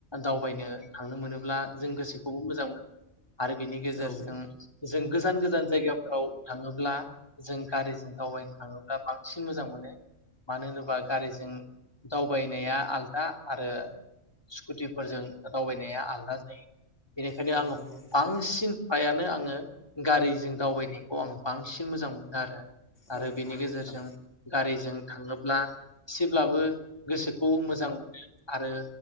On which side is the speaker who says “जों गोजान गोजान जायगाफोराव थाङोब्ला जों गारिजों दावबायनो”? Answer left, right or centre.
Left